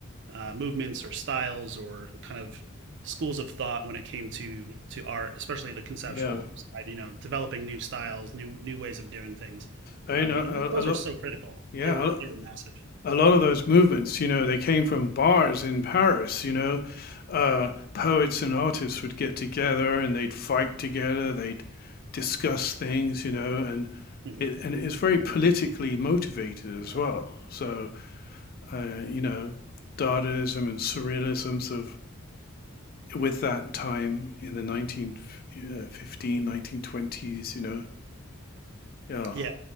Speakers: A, on the right; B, on the left.
A: uh, movements or styles or kind of schools of thought when it came to to art, especially the conceptual
B: Yeah,
A: side. You know, developing new styles, new new ways of doing things,
B: I
A: um,
B: know
A: and th- those
B: a, a lot.
A: are so critical.
B: Yeah,
A: They were they were massive.
B: a, a lot of those movements, you know, they came from bars in Paris. You know, uh, poets and artists would get together and they'd fight together. They'd discuss things, you know, and
A: Mhm.
B: it, and it's very politically motivated as well. So, uh, you know, Dadaism and Surrealism's of with that time in the 1915, 1920s, you know, yeah.
A: Yeah,